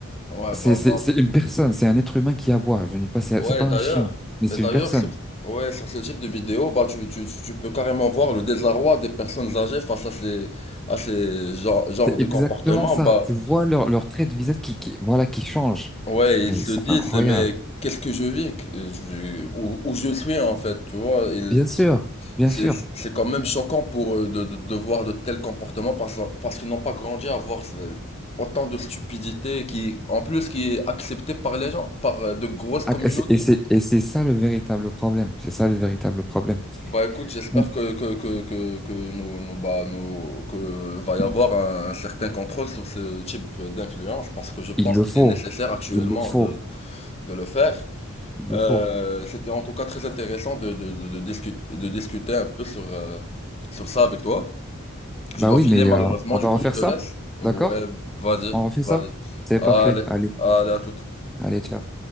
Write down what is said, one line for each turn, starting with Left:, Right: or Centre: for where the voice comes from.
Left: Ouais,
Centre: C'est,
Left: bah,
Centre: c'est,
Left: bah.
Centre: c'est une personne, c'est un être humain qui aboie. Je ne dis pas, c'est
Left: Ouais,
Centre: c'est pas
Left: d'ailleurs,
Centre: un chien, mais c'est
Left: et d'ailleurs,
Centre: une personne.
Left: sur, ouais, sur ce type de vidéo, bah, tu, tu, tu tu peux carrément voir le désarroi des personnes âgées face à ces, à ces genres, genres
Centre: C'est
Left: de
Centre: exactement
Left: comportements,
Centre: ça.
Left: bah.
Centre: Tu vois leur, leur trait de visage qui, qui, voilà, qui change.
Left: Ouais,
Centre: Mais
Left: ils se
Centre: c'est
Left: disent,
Centre: incroyable.
Left: mais qu'est-ce que je vis, que je- où, où je suis en fait, tu vois, ils-
Centre: Bien sûr, bien sûr.
Left: c'est c'est quand même choquant pour eux de, de, de voir de tels comportements parce, parce qu'ils n'ont pas grandi à voir ce- autant de stupidité qui, en plus, qui est acceptée par les gens, par euh, de grosses
Centre: Ah,
Left: communautés.
Centre: Et c'est, et c'est et c'est ça le véritable problème. C'est ça le véritable problème.
Left: Bah écoute, j'espère
Centre: Bon,
Left: que que que que que nous, nous bah nous que va y avoir un, un certain contrôle sur ce type d'influence parce que je pense
Centre: il le
Left: qu'il
Centre: faut,
Left: est nécessaire actuellement
Centre: il le faut,
Left: de de le faire.
Centre: il le
Left: Euh,
Centre: faut.
Left: c'était en tout cas très intéressant de, de, de, de discuter, de discuter un peu sur, euh, sur ça avec toi. Je
Centre: Bah
Left: dois
Centre: oui,
Left: filer
Centre: mais
Left: malheureusement,
Centre: euh, on
Left: du
Centre: va
Left: coup
Centre: refaire
Left: je te
Centre: ça,
Left: laisse. Ouais,
Centre: d'accord?
Left: vas-y,
Centre: On refait
Left: vas-y.
Centre: ça? C'est
Left: Allez,
Centre: parfait. Allez,
Left: allez à toute.
Centre: allez, ciao.